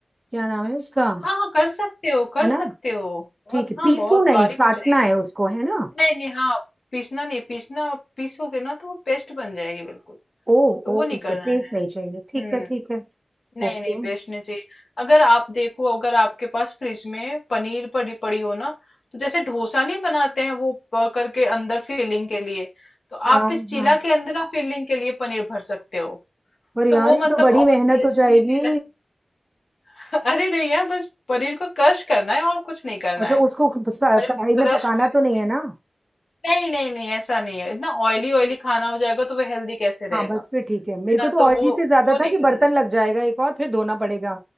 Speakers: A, on the right (about 25°); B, on the left (about 70°).
A: क्या नाम है उसका
B: हाँ हाँ कर सकते हो कर
A: है ना
B: सकते हो बहुत
A: ठीक है
B: हाँ
A: पीसू
B: बहुत
A: नहीं
B: बारीक
A: काटना
B: हो जाएगी
A: है उसको है ना
B: नहीं नहीं हाँ पीसना नहीं पीसना पीसोगे ना तो वो पेस्ट बन जाएगी बिल्कुल
A: ओ
B: तो वो
A: ओ
B: नहीं
A: ओके
B: करना
A: पेस्ट
B: है
A: नहीं चाहिए
B: हम्म
A: ठीक है ठीक है
B: नहीं
A: ओके
B: नहीं पेस्ट नहीं चाहिए अगर आप देखो अगर आपके पास फ्रिज में पनीर पड़ी पड़ी हो ना तो जैसे डोसा नहीं बनाते हैं वो प- करके अंदर फिलिंग के लिए तो आप
A: हाँ
B: इस चीला
A: हाँ
B: के अंदर आप फिलिंग के लिए पनीर भर सकते हो
A: पर यार
B: तो वो
A: ये
B: मतलब
A: तो बड़ी
B: और
A: मेहनत
B: टेस्टी
A: हो जाएगी
B: फील <laughs> अरे नहीं यार बस पनीर को क्रश करना है और कुछ नहीं करना
A: अच्छा
B: है
A: उसको सा-
B: पनीर
A: कढ़ाई
B: को
A: में
B: क्रश
A: पकाना
B: करके
A: तो नहीं है ना
B: नहीं नहीं नहीं ऐसा नहीं है इतना ऑयली ऑयली खाना हो जाएगा तो वो हेल्दी कैसे रहेगा
A: हाँ बस फिर ठीक है मेरे
B: है
A: को
B: ना
A: तो
B: तो
A: ऑयली
B: वो
A: से ज्यादा
B: वो नहीं
A: था कि बर्तन
B: करना है।
A: लग जाएगा एक और फिर धोना पड़ेगा